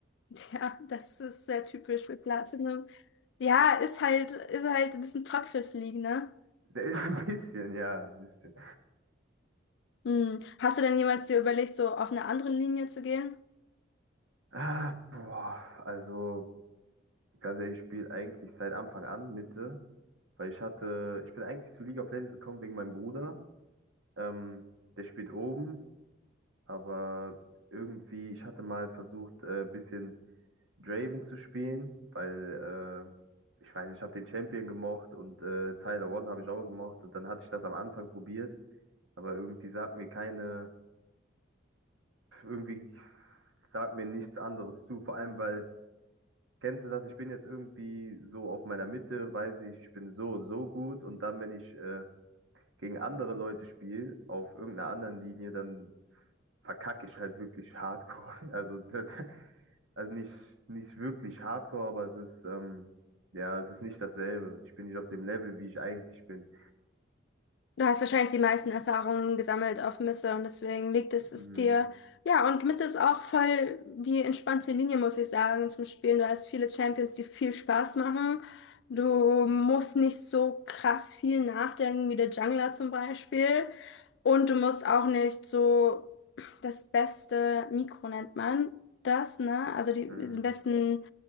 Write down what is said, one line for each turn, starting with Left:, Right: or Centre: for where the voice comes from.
Left: Ja, das ist sehr typisch für Platinum. Ja, ist halt, ist halt ein bisschen toxisch League, ne?
Right: <laughs> Der ist ein bisschen, ja, ein bisschen.
Left: Hm. Hast du denn jemals dir überlegt, so auf eine andere Linie zu gehen?
Right: Ah, boah, also, ganz ehrlich, ich spiele eigentlich seit Anfang an Mitte, weil ich hatte, ich bin eigentlich zu League of Legends gekommen wegen meinem Bruder. Ähm, der spielt oben, aber irgendwie, ich hatte mal versucht, ein äh, bisschen. Draven zu spielen, weil äh, ich weiß, ich habe den Champion gemocht und äh, Tyler One habe ich auch gemocht und dann hatte ich das am Anfang probiert, aber irgendwie sagt mir keine, irgendwie sagt mir nichts anderes zu, vor allem weil, kennst du das, ich bin jetzt irgendwie so auf meiner Mitte, weiß ich, ich bin so und so gut und dann, wenn ich äh, gegen andere Leute spiele, auf irgendeiner anderen Linie, dann verkacke ich halt wirklich hardcore. <laughs> Also, das, also nicht, nicht wirklich hardcore, aber es ist, ähm, ja, es ist nicht dasselbe. Ich bin nicht auf dem Level, wie ich eigentlich bin.
Left: Du hast wahrscheinlich die meisten Erfahrungen gesammelt auf Misse und deswegen liegt es,
Right: Mhm.
Left: es dir. Ja, und Misse ist auch voll die entspannte Linie, muss ich sagen, zum Spielen. Du hast viele Champions, die viel Spaß machen. Du musst nicht so krass viel nachdenken wie der Jungler zum Beispiel. Und du musst auch nicht so das beste Mikro nennt man das, ne? Also die,
Right: Mhm.
Left: den besten